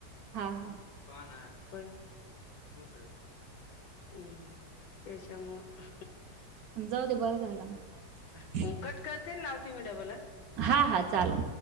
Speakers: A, on the right; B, on the left.
A: हा हा
B: पाहा ना कोण? होवु शकतं हम्म. त्याच्यामुळं
A: जाऊ दे बरं झालं मग
B: उं कट करते अन लावते. तुम्ही <unintelligible>
A: हां हां चाला